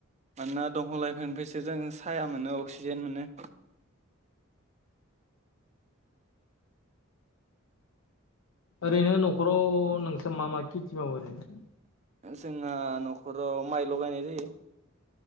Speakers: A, on the right; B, on the left.
A: मानोना दंफां लाइफांनिफ्रायसो जों साया मोनो अक्सिजेन मोनो
B: ओरैनो नखराव नोंसा मा मा खेथि मावो ओरैनो
A: जोंहा नखराव माइल' गायनाय जायो